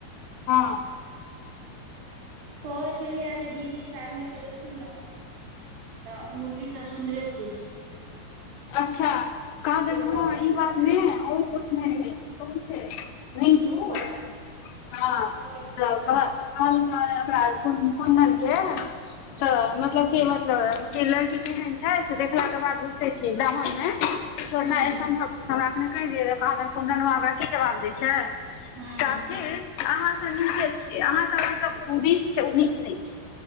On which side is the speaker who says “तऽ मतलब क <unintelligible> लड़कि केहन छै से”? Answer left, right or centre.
Left